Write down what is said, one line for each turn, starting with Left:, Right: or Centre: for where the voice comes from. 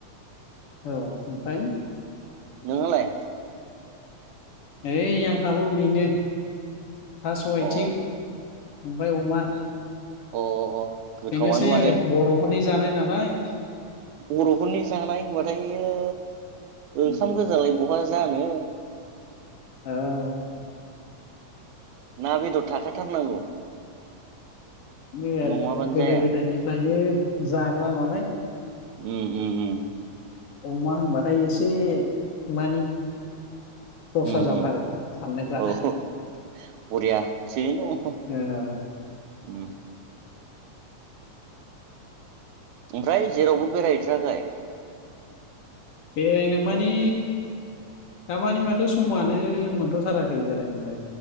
Left: औ ओमफ्राय
Right: नोंहालाइ?
Left: नै आंहाबो बेनो थास' आइथिं
Right: अ
Left: ओमफ्राय अमा
Right: अ अ गोथावानो
Left: बेनोसै
Right: माथो
Left: आरो बर नखरनि जानाय नालाय
Right: बरफोरनि जानाय होनबाथाय यो
Left: उम,
Right: ओंखाम गोजालाय बह बहा जानो
Left: औ
Right: ना बेदद थाखाथारनांगौ
Left: नै आरो
Right: नङाबानो
Left: गोदो
Right: जाया
Left: गोदायनिफ्रायनो जाग्रा नालाय
Right: उम उम उम
Left: अमा होनबाथाय एसे मानि दस्रा
Right: उम
Left: जाथारो
Right: उम
Left: साननायफ्रा
Right: औ बरिया थिगैनो दङ
Left: औ
Right: उम ओमफ्राय जेरावबो बेरायहैथाराखै
Left: बेरायनो मानि दामानि माथो समआनो मोनथ थाराखै बेरायनोलाय